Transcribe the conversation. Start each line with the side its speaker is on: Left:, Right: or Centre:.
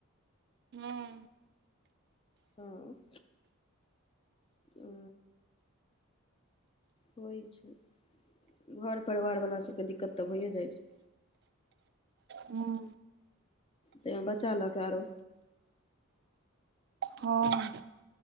Right: हँ
Left: हँ ओ ठीक छै घर परिवार बला सभके दिक्कत तऽ भइए जाइत छै
Right: हूँ
Left: तैमे बच्चा लऽ के आरो
Right: हँ